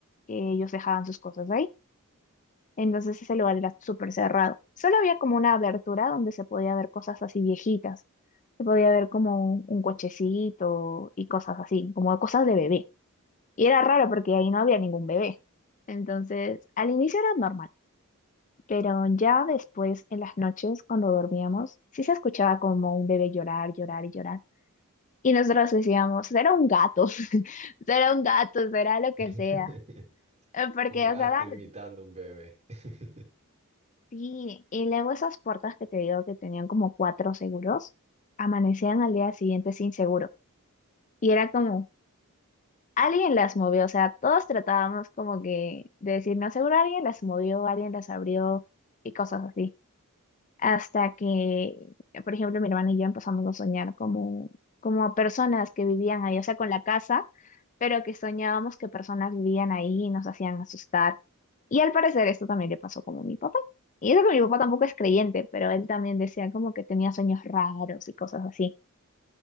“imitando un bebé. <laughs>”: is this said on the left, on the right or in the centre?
Right